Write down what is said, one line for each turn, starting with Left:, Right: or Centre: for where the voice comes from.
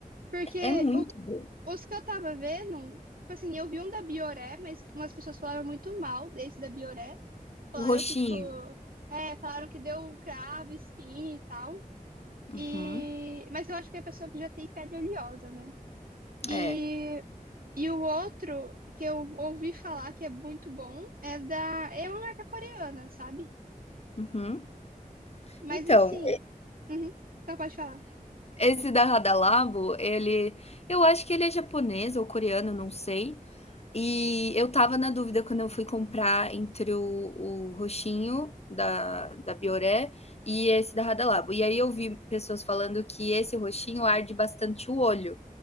Right: Porque
Left: É muito
Right: o-
Left: bom.
Right: os que eu tava vendo, tipo assim, eu vi um da Bioré, mas umas pessoas falaram muito mal desse da Bioré. Falaram
Left: O roxinho.
Right: que, tipo, é, falaram que deu cravo, espinha e tal.
Left: Uhum.
Right: E... Mas eu acho que é a pessoa que já tem pele oleosa, né? E
Left: É.
Right: E o outro que eu ouvi falar que é muito bom é da. É uma marca coreana, sabe?
Left: Uhum.
Right: Mas
Left: Então
Right: assim. Uhum, não pode falar.
Left: Esse da Radalabo, ele eu acho que ele é japonês ou coreano, não sei. E eu estava na dúvida quando eu fui comprar entre o o roxinho da da Bioré e esse da Radalabo. E aí eu vi pessoas falando que esse roxinho arde bastante o olho